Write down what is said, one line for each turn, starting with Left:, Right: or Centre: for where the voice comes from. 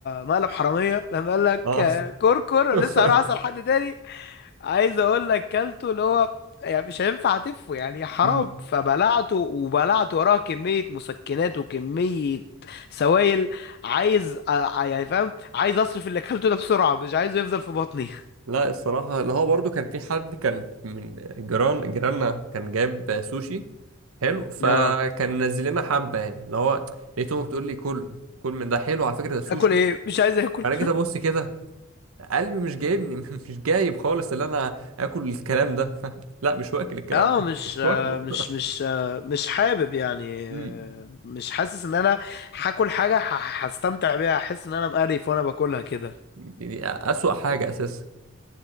Left: مقلب حراميه لما قال لك
Right: اه
Left: آه، كركر
Right: <laughs>
Left: لسه هروح اسال حد تاني عايز اقول لك كلته اللي هو يعني مش هينفع تفه يعني حرام
Right: أمم.
Left: فبلعته وبلعت وراه كمية مسكنات وكمية سوائل عايز آه، يعني فاهم عايز اصرف اللي اكلته ده بسرعة مش عايزه يفضل في بطني
Right: لا الصراحه اللي هو برضو كان في حد كان من جيران جيراننا كان جاب سوشي حلو فكان
Left: اه
Right: نزل لنا حبه يعني اللي هو لقيتهم بتقول لي كل كل من ده حلو على فكره ده سوشي
Left: اكل ايه مش عايز اكل
Right: انا
Left: <laughs>
Right: جيت ابص كده قلبي مش جايبني <laughs> مش جايب خالص اللي انا اكل الكلام ده <laughs> لا مش واكل الكلام
Left: اه
Right: ده
Left: مش
Right: مش
Left: آه،
Right: واكله
Left: مش
Right: <laughs>
Left: مش آه، مش حابب يعني
Right: أمم.
Left: آه، مش حاسس ان انا هاكل حاجة ه- هستمتع بيها احس ان انا مقرف وانا باكلها كده
Right: يعني اسوأ حاجه اساسا